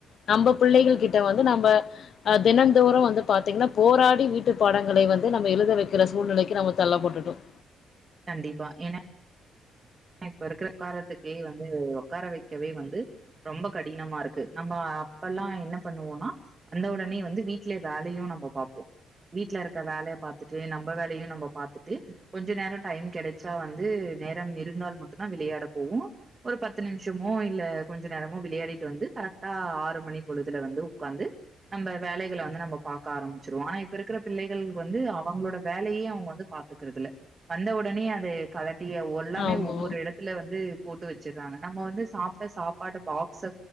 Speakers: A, on the left (about 60°); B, on the right (about 30°).
A: நம்ம பிள்ளைகள் கிட்ட வந்து நம்ம அஹ் தினந்தோறம் வந்து பாத்தீங்கன்னா போராடி வீட்டு பாடங்களை வந்து நம்ம எழுத வைக்கிற சூழ்நிலைக்கு நம்ம தள்ளப்பட்டுட்டோம்
B: கண்டிப்பா என இப்ப இருக்கிற உக்காரத்துக்கே வந்து உக்கார வைக்கவே வந்து ரொம்ப கடினமா இருக்கு நம்ம அப்பலா என்ன பண்ணுவோம்னா வந்த உடனே வந்து வீட்ல வேலையும் நம்ம பாார்ப்போம் வீட்ல இருக்கற வேலையை பாாரத்துட்டு நம்ம வேலையும் நம்ம பாாரத்துட்டு கொஞ்ச நேரம் டைம் கிடைச்சா வந்து நேரம் இருந்தால் ஒன்னா விளையாட போவோம் ஒரு பத்து நிமிஷமோ இல்ல கொஞ்ச நேரமோ விளையாடிட்டு வந்து கரெக்டா ஆறு மணி பொழுதுல வந்து உட்காந்து நம்ம வேலைகளை வந்து நம்ம பாக்க ஆரம்பிச்சிருவோம் ஆனா இப்ப இருக்கிற பிள்ளைகள் வந்து அவங்களோட வேலையே அவங்க வந்து பாத்துக்கறிறதுல வந்த உடனே அது கல ஏய் ஒல்லாமே
A: ஆமா
B: ஒவ்வொரு வந்து போட்டு வச்சறாங்க நம்ம வந்து சாப்பிட்ட சாப்பாடு பாக்ஸ